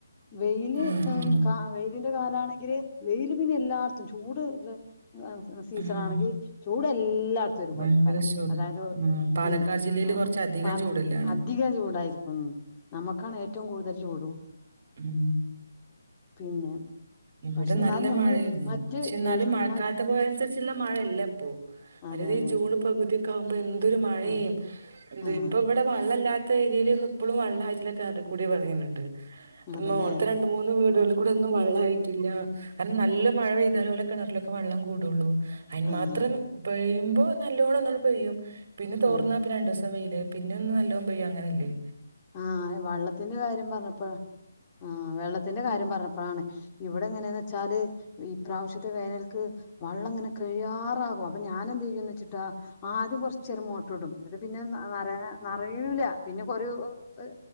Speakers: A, on the left; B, on the right.
A: വെയ്ല്
B: ഉം ഉം
A: കാ വെയിലിന്റെ കാലാണെങ്കില് വെയില് പിന്നെ എല്ലാട് ത്തും ചൂട് ഇള്ള സീസണ
B: ഉം
A: ആണെങ്കി ചൂട് എല്ലായിടത്തും ഒരു പോലെക്കാരം
B: ഭയങ്കര ചൂട്
A: അതായത്
B: ഉം പാലക്കാട്
A: ഉം
B: ജില്ലയില്
A: <unintelligible>
B: കൊറച്ചധികം
A: പാല
B: ചൂടല്ലാണ്
A: അത് ധികം ചൂടായിരിക്കും ന്നമ്മക്കാണ് ഏറ്റവും കൂടുതൽ ചൂടും
B: ഉം
A: പിന്നെ
B: ഇവിടെ
A: പക്ഷെ എന്നാലും
B: നല്ല
A: നമ്മള്
B: മഴയെര്ന്നു.
A: മറ്റ്
B: പക്ഷേ ന്നാലും
A: ഗൾഫ്
B: മഴക്കാൽത്ത
A: രാജ്
B: പോലെ അൻസര്ച്ള്ള മഴ അല്ലപ്പോ മറ്റത്
A: അതെ അതെ
B: ഈ ജൂണ് പകുതിയൊക്ക ആവുമ്പ. എന്തൊരു മഴിം
A: ആഹ്
B: എന്ത്.
A: ആഹ്
B: ഇപ്പ ഇവടെ വള്ളല്ലാത്ത ഏരിയെലെന്നും ഇപ്പളും വള്ളായിട്ടില്ല. കേറികുടി പറയുന്നുണ്ട്.. പ്പ
A: അതെല്ലേ
B: മോൾത്ത രണ്ട്. രണ്ട് മൂന്ന് വീടുകള്കൂടെ ഒന്നും വള്ളയിട്ടില്ല. കാരണം. നല്ല മഴ പെയ്താലേ. ഓലെ കെണറിലൊക്കെ. വെള്ളം കൂടുള്ളൂ.. അയിന്
A: ആഹ്
B: മാത്രം പെയ്മ്പോ നല്ലോണന്നാണ്ട്പെയ്യും. പിന്നെ തോർന്ന
A: ആഹ്
B: രണ്ട്സം വെയില് പിന്ന ന്ന് നല്ലോം. പെയ്യും അങ്ങനെല്ലേ..
A: ആഹ് വള്ളത്തിന്റെ കാര്യം പർണപ്പോഴ ആഹ് വെള്ളത്തിന്റെ
B: ഉം
A: കാര്യം പർണപ്പഴാണ്.. ഇവിടെങ്ങനെയന്ന് വെച്ചാല്. ഈ പ്രാവശ്യത്തെ വേനൽക്ക്.. വള്ളംങ്ങനെ കഴിയാറാകും. അപ്പൊ ഞാന എന്ത ചെയ്യുവെച്ചിട്ടാ. ആദ്യം കൊറച്ച്.. ചെറു മോട്ടർ ഇടും. എന്നട്ട് പിന്നെ നറ നറയൂല പിന്നെ കൊരൂ ഒര്